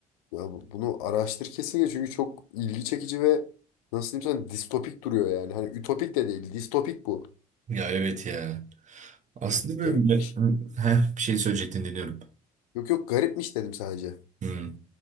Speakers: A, on the left; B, on the right.
A: Ya bu- bunu araştır kesinlikle çünkü çok ilgi çekici ve nasıl diyeyim sana distopik duruyor yani. Hani ütopik de değil distopik bu.
B: Ya evet ya. Aslında
A: Ha,
B: böyle
A: Garipmiş.
B: Heh, bir şey söyleyecektin dinliyorum.
A: Yok yok garipmiş dedim sadece.
B: Hmm.